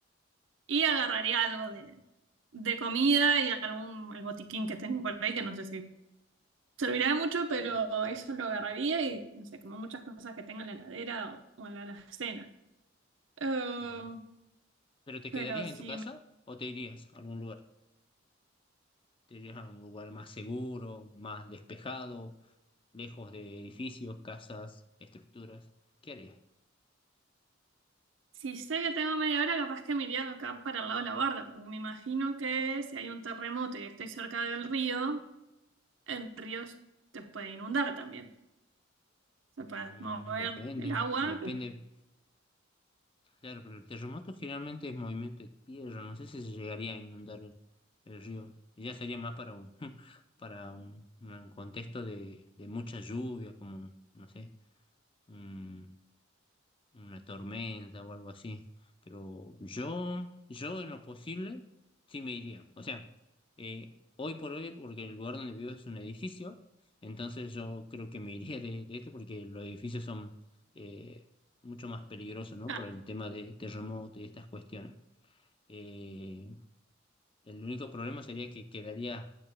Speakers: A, on the right; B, on the left.
A: Y agarraría algo de, de comida y algún el botiquín que tengo por ahí, que no sé si servirá de mucho, pero
B: Ah,
A: eso lo agarraría y no sé, como muchas cosas que tengo en la heladera o, o en la alacena. Eh,
B: claro. ¿Pero te
A: pero
B: quedarías
A: si,
B: en tu casa
A: me-
B: o te irías a algún lugar? ¿Te irías a un lugar más seguro, más despejado, lejos de edificios, casas, estructuras? ¿Qué harías?
A: si sé que tengo media hora, capaz que me iría acá para el lado de la barda, porque me imagino que si hay un terremoto y estoy cerca del río. en ríos te puede inundar también. Se puede
B: Mm,
A: mover
B: depende,
A: el agua.
B: depende. Claro, pero el terremoto generalmente es movimiento de tierra, no sé si se llegaría a inundar el río. Y ya sería más para un, <laughs> para un, un contexto de, de mucha lluvia, como, no sé, un- una tormenta o algo así. Pero yo, yo en lo posible, sí me iría. O sea, eh, hoy por hoy, porque el lugar donde vivo es un edificio, entonces yo creo que me iría de, de esto porque los edificios son eh, mucho más peligrosos, ¿no?
A: Ah,
B: Por el tema de terremoto y estas cuestiones. Eh, el único problema sería que quedaría,